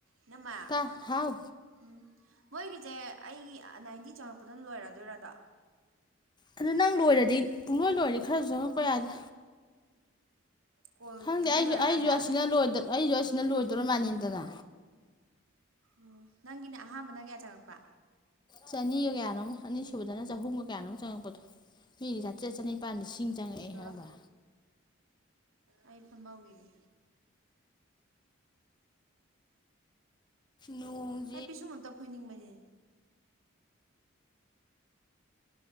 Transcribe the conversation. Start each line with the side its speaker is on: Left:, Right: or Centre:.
Right: ꯏꯟꯅꯥꯝꯃꯥ
Left: ꯇꯥ ꯍꯥꯎ
Right: ꯎꯝ ꯃꯣꯏꯒꯤꯁꯦ ꯑꯩꯒꯤ ꯅꯥꯏꯟꯇꯤ ꯆꯪꯉꯛꯄꯗꯅ ꯂꯣꯏꯔꯗꯣꯏꯔꯗꯣ
Left: ꯑꯗꯨ ꯅꯪ ꯂꯣꯏꯔꯗꯤ ꯄꯨꯡꯂꯣꯏ ꯂꯣꯏꯔꯗꯤ ꯈꯔꯁꯨ ꯆꯪꯉꯛꯄ ꯌꯥꯏꯗꯥ
Right: ꯀꯣꯜ
Left: ꯈꯪꯗꯦ
Right: ꯄꯨꯡꯂꯣꯏ
Left: ꯑꯩꯁꯨ
Right: ꯂꯣꯏꯔꯀꯥꯟꯗ
Left: ꯑꯩꯁꯨ ꯑꯁꯤꯅ ꯂꫭꯏꯗꯥ ꯑꯩꯁꯨ ꯑꯁꯤꯅ ꯂꯣꯏꯗꯧꯔ ꯃꯅꯤꯗꯅ
Right: ꯑꯣ ꯅꯪꯒꯤꯅ ꯑꯍꯥꯟꯕꯅ ꯀꯌꯥ ꯆꯪꯉꯛꯄ
Left: ꯆꯅꯤꯒ ꯀꯌꯥꯅꯣꯃꯥ ꯑꯅꯤꯁꯨꯨꯕꯗꯅ ꯆꯍꯨꯝꯒ ꯀꯌꯥꯅꯣꯃꯥ ꯆꯪꯉꯛꯄꯗꯣ ꯃꯤꯗꯤ ꯆꯥꯇ꯭ꯔꯠ ꯆꯅꯤꯄꯥꯥꯟ ꯂꯤꯁꯤꯡ ꯆꯪꯉꯛꯑꯦ
Right: ꯊꯤꯜꯂꯨꯔꯣ
Left: ꯈꯪꯕ꯭ꯔꯥ
Right: ꯑꯩ ꯐꯝꯃꯥꯎꯈꯤꯒꯦ
Left: ꯅꫭꯡ
Right: ꯑꯩ ꯄꯤꯁꯨꯝ ꯑꯝꯇ ꯐꫭꯏꯅꯤꯡꯕꯅꯦ